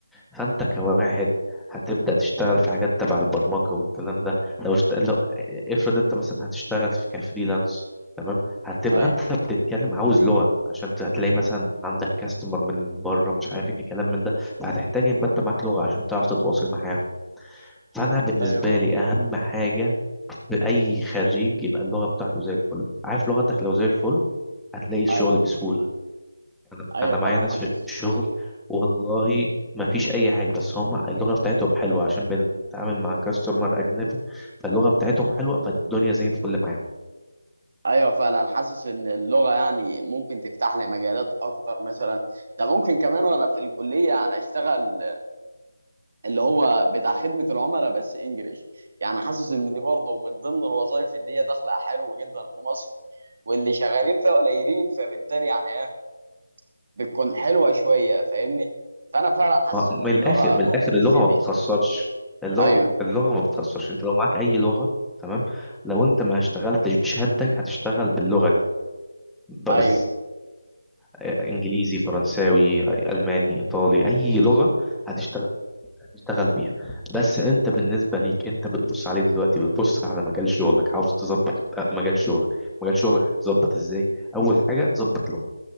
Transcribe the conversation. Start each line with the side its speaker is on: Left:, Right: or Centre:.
Centre: فانت كواحد هتبدأ تشتغل في حاجات تبع البرمجة والكلام ده لو, اشت... لو افرض انت مثلا هتشتغل في كفريلانس تمام هتبقى
Right: ايوه
Centre: انت بتتكلم عاوز لغة عشان هتلاقي مثلا عندك كاستمر من بره مش عارف ايه كلام من ده فهتحتاج يبقى انت معاك لغة عشان تعرف تتواصل معاهم فانا بالنسبة
Right: ايوه فاهم
Centre: لي اهم حاجة بأي خريج يبقى اللغة بتاعته زي الفل عارف لغتك لو زي الفل هتلاقي الشغل
Right: ايوه
Centre: بسهولة أنا
Right: ايوه
Centre: أنا
Right: فعلا
Centre: معايا ناس
Right: حاسس
Centre: في الشغل والله ما فيش أي حاجة بس هم اللغة بتاعتهم حلوة عشان بنتعامل مع كاستمر أجنبي فاللغة بتاعتهم حلوة فالدنيا زي الفل معاهم
Right: ايوه فعلا حاسس ان اللغه يعني ممكن تفتح لي مجالات اكتر مثلا ده ممكن كمان وانا في الكليه يعني اشتغل اللي هو بتاع خدمه العملاء بس انجليش يعني حاسس ان دي برضه من ضمن الوظائف اللي هي داخله حلو جدا في مصر واللي شغالين فيها قليلين فبالتالي يعني ايه بتكون حلوه شويه فاهمني فانا فعلا حاسس
Centre: ما-
Right: ان
Centre: من
Right: اللغه
Centre: الآخر من الآخر
Right: ممكن
Centre: اللغة
Right: تفيدني
Centre: ما بتخسرش اللغة
Right: ايوه
Centre: اللغة ما بتخسرش أنت لو معاك أي لغة تمام لو أنت ما اشتغلتش بشهادتك هتشتغل باللغة دي بس
Right: ايوه
Centre: انجليزي فرنساوي الماني ايطالي اي لغه هتشتغل هتشتغل بيها بس انت بالنسبه ليك انت بتبص عليه دلوقتي بتبص على مجال شغلك عاوز تظبط آه، مجال شغلك مجال شغلك هتظبط ازاي اول حاجه ظبط لغه